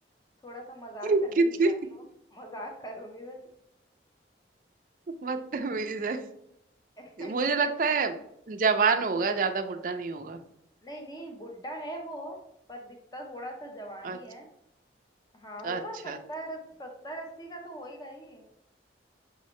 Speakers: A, on the left; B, on the right.
A: थोड़ा सा मजाक
B: <laughs>
A: करने
B: कितनी
A: ही जा रही हूँ मजाक करूंगी बस
B: बदतमीज है
A: <laughs>
B: मुझे लगता है जवान होगा ज्यादा बुढ़ा नहीं होगा
A: नहीं नहीं बुड्ढा है वो पर दिखता थोड़ा सा जवान
B: अच्छा
A: ही है हाँ
B: अच्छा
A: होगा
B: अच्छा
A: सत्तर सत्तर अस्सी का तो होएगा ही